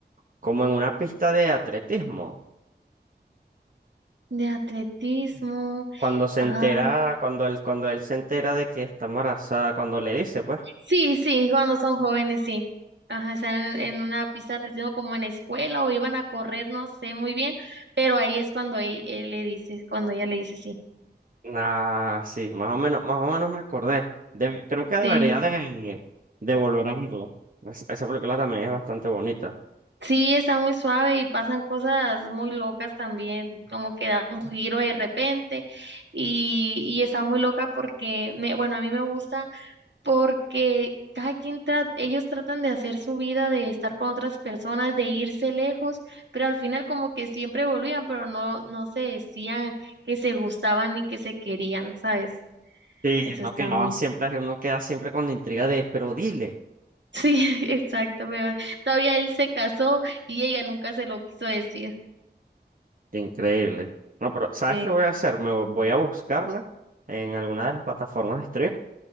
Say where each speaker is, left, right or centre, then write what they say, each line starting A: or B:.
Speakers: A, on the right; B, on the right.
A: como en una pista de atletismo,
B: De atletismo.
A: cuando se
B: ah
A: entera, cuando él, cuando él se entera de que está embarazada, cuando le dice, pues,
B: Sí, sí, cuando son jóvenes, sí. Ajá, están en, en una pista de atletismo como en la escuela o iban a correr, no sé muy bien, pero ahí es cuando él, él le dice, cuando ella le dice sí.
A: nah, sí, más o menos, más o menos me acordé. De- creo que debería
B: Sí,
A: de, de volver a verlo. Es- esa película también es bastante bonita.
B: sí, está muy suave y pasan cosas muy locas también, como que da un giro de repente y, y está muy loca porque, me, bueno, a mí me gusta. porque cada quien tra- ellos tratan de hacer su vida, de estar con otras personas, de irse lejos, pero al final como que siempre volvían, pero no, no se decían que se gustaban ni que se querían, ¿sabes?
A: Sí,
B: Eso
A: uno
B: está
A: quedaba
B: muy...
A: siempre,
B: <laughs>
A: uno queda siempre con la intriga de, pero dile.
B: Sí, exacto, pero todavía él se casó y ella nunca se lo quiso decir.
A: Qué increíble. No, pero ¿sabes
B: Sí,
A: qué voy a hacer? Me vo- voy a buscarla en alguna de las plataformas de stream